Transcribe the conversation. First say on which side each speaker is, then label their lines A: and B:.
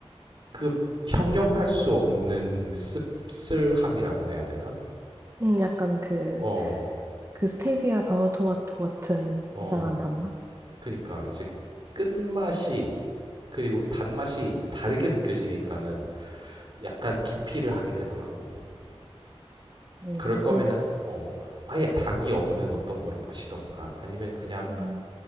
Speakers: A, on the right; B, on the right.
A: 그 형용할 수 없는 씁쓸함이라고 해야 되나?
B: 음, 약간 그,
A: 어,
B: 그 스테비아 방울토마토 같은
A: 어,
B: 이상한 단맛?
A: 그러니까 이제 끝맛이 그리고 단맛이 다르게 느껴지니까는 약간 기피를 하게 되더라고.
B: 음,
A: 그럴 거면
B: 그럴 수 있지.
A: 어 아예 당이 없는 어떤 거를 마시던가 아니면 그냥
B: 음,